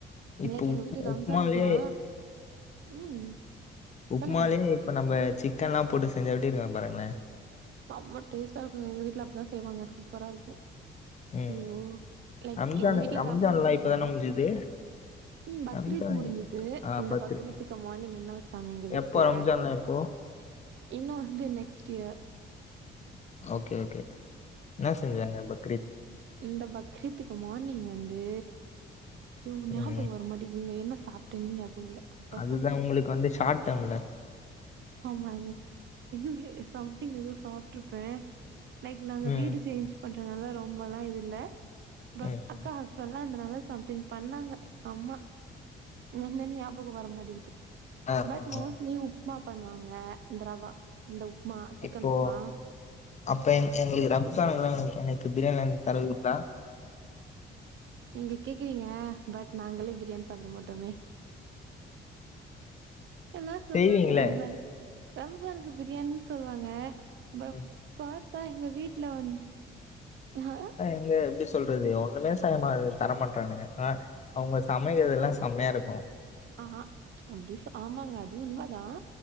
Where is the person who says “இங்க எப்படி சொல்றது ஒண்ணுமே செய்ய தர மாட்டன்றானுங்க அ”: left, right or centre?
Left